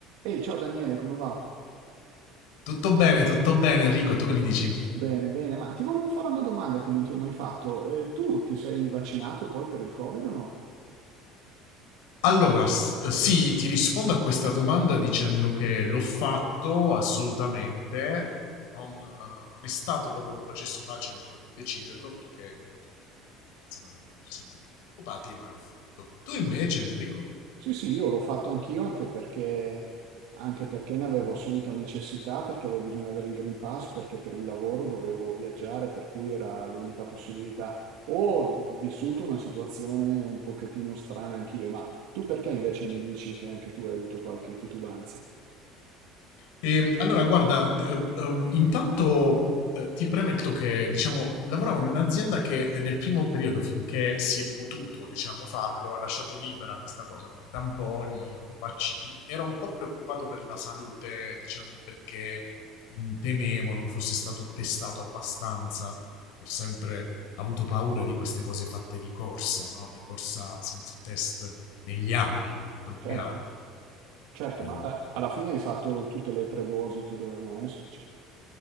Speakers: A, on the right; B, on the left.
A: Ehi, ciao Daniele, come va?
B: Tutto bene, tutto bene Enrico, tu che mi dici?
A: Bene, bene, ma ti volevo fare una domanda che non ti ho mai fatto. Eh, tu ti sei vaccinato poi per il Covid o no?
B: Allora, s- eh, sì, ti rispondo a questa domanda dicendo che l'ho fatto assolutamente, non, eh, non è stato proprio un processo facile quello di deciderlo perché come tutti magari pensano al mondo ci siamo un po' preoccupati, ma l'ho fatto. Tu invece Enrico?
A: Sì, sì, io l'ho fatto anch'io anche perché, anche perché ne avevo assoluta necessità, perché avevo bisogno di avere il Green Pass, perché per il lavoro dovevo viaggiare, per cui era l'unica possibilità. Ho vissuto una situazione un pochettino strana anch'io, ma tu perché invece mi dici che anche tu hai avuto qualche titubanza?
B: E, allora, guarda, d- ehm, ehm, intanto eh, ti premetto che, diciamo, lavoravo in un'azienda che eh, nel primo periodo, finché si è potuto, diciamo, farlo, ha lasciato libera questa cosa, quindi tamponi o vaccini. Era un po' preoccupato per la salute, diciamo, perché mh, temevo non fosse stato testato abbastanza. Ho sempre avuto paura di queste cose fatte di corsa, no? Di corsa senza test negli anni, in troppi
A: Certo,
B: anni, quindi
A: certo,
B: eh,
A: ma eh, alla fine hai fatto tutte le tre dosi che dovevano esserci.